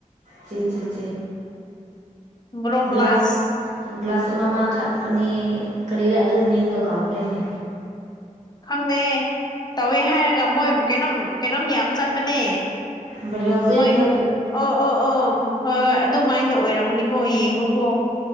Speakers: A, on the right; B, on the left.
A: ꯆꯦ ꯆꯦ
B: ꯕ꯭ꯔꯣꯄ꯭ꯂꯥꯁ
A: ꯒ꯭ꯂꯥꯁ ꯒ꯭ꯂꯥꯁ ꯑꯃ ꯑꯃ ꯊꯛꯀꯅꯤ ꯀꯔꯤꯔꯥ ꯑꯗꯨ ꯃꯤꯡꯅꯣ ꯀꯥꯎꯈ꯭ꯔꯦꯅꯦ
B: ꯈꯪꯗꯦ ꯇꯧꯋꯦ ꯍꯥꯏꯔꯒ ꯃꯣꯏ ꯀꯩꯅꯣꯝ ꯀꯩꯅꯣꯝ ꯌꯥꯝ ꯆꯠꯄꯅꯦ
A: ꯕꯖꯁꯁꯅꯦ
B: ꯃꯣꯏ ꯑꯣ ꯑꯣ ꯑꯣ ꯍꯣꯏ ꯍꯣꯏ ꯑꯗꯨꯃꯥꯏꯅꯗ ꯑꯣꯏꯔꯝꯒꯅꯤꯀꯣ ꯌꯦꯡꯉꯨꯀꯣ